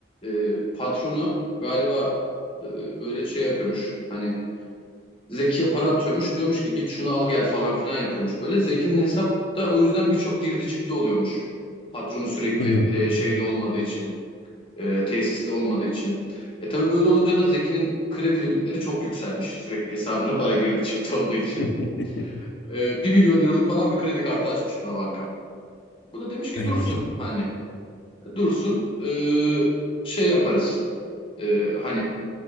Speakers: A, on the left (about 30°); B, on the left (about 70°).
A: e, patronu galiba e, böyle şey yapıyormuş. Hani Zeki'ye para atıyormuş. Diyormuş ki git şunu al gel falan filan yapıyormuş böyle. Zeki'nin hesapta o yüzden birçok girdi çıktı oluyormuş. Patronu sürekli
B: Hı hı.
A: e, şeyde olmadığı için. e, tesiste olmadığı için. E tabii böyle olunca da Zeki'nin kredi limitleri çok yükselmiş. Sürekli hesabına para girdi çıktı olduğu için.
B: <laughs>
A: E, 1 milyon liralık falan bir kredi kartı açmış buna banka. Bu da demiş ki
B: Ey
A: dursun
B: maşallah.
A: hani dursun e, şey yaparız E, hani